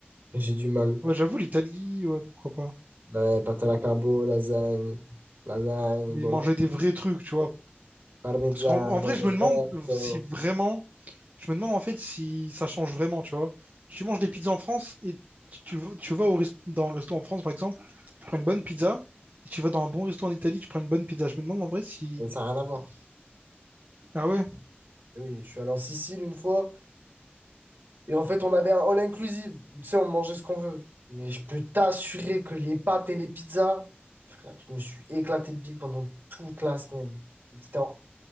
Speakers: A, on the right; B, on the right.
A: J'ai du mal.
B: Ouais, j'avoue, l'Italie, ouais, pourquoi pas.
A: Ouais, pâte à la carbo, lasagne, lasagne,
B: Mais
A: bolo,
B: manger des vrais trucs, tu vois.
A: parmesan,
B: Parce qu'en en vrai, je me demande
A: pesto.
B: si vraiment. Je me demande en fait si ça change vraiment, tu vois. Tu manges des pizzas en France et tu, tu vas tu vas au rest- dans un resto en France, par exemple, tu prends une bonne pizza. Et tu vas dans un bon resto en Italie, tu prends une bonne pizza. Je me demande en vrai si.
A: Mais ça n'a rien à voir.
B: Ah ouais,
A: Et Oui, je suis allé en Sicile une fois. Et en fait, on avait un all inclusive où tu sais, on mangeait ce qu'on veut. Mais je peux t'assurer que les pâtes et les pizzas, frère, je me suis éclaté de bile pendant toute la semaine. C'était en-